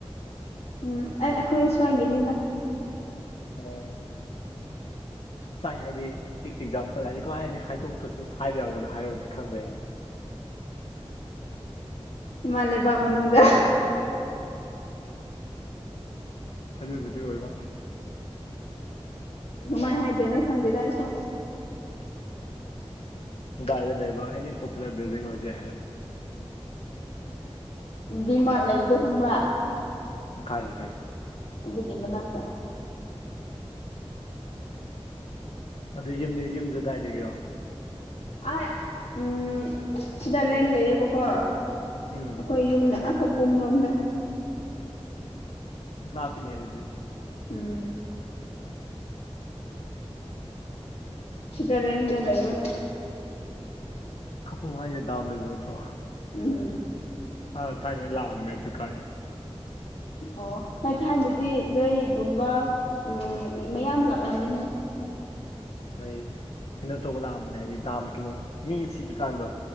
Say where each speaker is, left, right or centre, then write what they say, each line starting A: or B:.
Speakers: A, on the left; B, on the left.
A: ꯎꯝ ꯑꯩ ꯑꯩꯈꯣꯏ ꯁꯣꯏꯒꯤꯅꯤꯗ
B: ꯑꯣ ꯁꯥꯏ ꯍꯥꯏꯗꯤ ꯑꯦꯛꯖꯥꯝꯄꯜ ꯍꯥꯏꯗꯤ ꯀꯃꯥꯏ ꯍꯥꯏꯅ ꯍꯥꯏꯗꯣꯛ ꯀꯁꯨ ꯍꯥꯏꯕ ꯌꯥꯕꯗꯣ ꯍꯥꯏꯔꯨꯅꯤ ꯈꯪꯕ ꯌꯥꯅꯤ
A: ꯏꯃꯥ ꯂꯩꯕꯥꯛ ꯃꯅꯨꯡꯗ
B: ꯑꯗꯨꯕꯨꯗꯤ ꯑꯣꯏꯕ
A: ꯃꯥꯏ ꯍꯥꯏꯗꯣꯏꯅꯣ ꯈꯪꯗꯦ ꯇꯁꯨ
B: ꯗꯥꯏꯗ ꯂꯩꯕ ꯑꯦꯅꯤ ꯄꯣꯄꯨꯂꯔ ꯕꯤꯜꯗꯤꯡ ꯑꯣꯏꯖꯛ ꯍꯥꯏꯔꯛꯅꯦ
A: ꯕꯤꯃꯔ ꯂꯩꯕꯗꯣ ꯈꯪꯕ꯭ꯔꯥ
B: ꯀꯥꯏꯦ ꯀꯥꯏꯦ
A: ꯑꯗꯨꯒꯤ ꯃꯅꯥꯇ
B: ꯑꯗꯨ ꯌꯨꯝꯗ ꯌꯨꯝꯁꯨ ꯑꯗꯨꯋꯥꯏꯗꯒꯤꯔꯣ
A: ꯑ ꯎꯝ ꯁꯤꯗ ꯔꯦꯟꯠ ꯂꯩꯌꯦꯕꯀꯣ ꯑꯩꯈꯣꯏ
B: ꯎꯝ
A: ꯌꯨꯝꯗ ꯑꯈꯣ ꯄꯨꯡꯂꯣꯝꯗ
B: ꯂꯥꯛꯄꯤꯅꯦ ꯑꯗꯨꯗꯤ
A: ꯎꯝ ꯆꯤꯗꯔ ꯌꯦꯗ ꯂꯩ ꯏꯕ
B: ꯀꯄ ꯍꯥꯏꯁꯦ ꯗꯥꯕ ꯂꯩꯕ ꯅꯠꯇ꯭ꯔꯣ
A: ꯎꯝ ꯎꯝ
B: ꯑꯥ ꯊꯥꯏꯅ ꯑꯩ ꯂꯥꯛꯑꯝꯃꯦ ꯑꯗꯨ ꯀꯥꯏ
A: ꯑꯣ ꯍꯣꯏ ꯊꯥꯏꯅꯗꯤ ꯅꯣꯏꯒꯨꯝꯕ ꯎꯝ ꯃꯌꯥꯝ ꯂꯥꯛꯂꯝꯕꯅꯦ
B: ꯍꯣꯏ ꯀꯩꯅꯣ ꯇꯧꯕ ꯂꯥꯛꯑꯝꯕꯅꯦ ꯍꯥꯏꯗꯤ ꯗꯥꯝ ꯀꯩꯅꯣ ꯃꯤ ꯁꯤꯠꯇ꯭ꯔꯤꯀꯥꯟꯗꯣ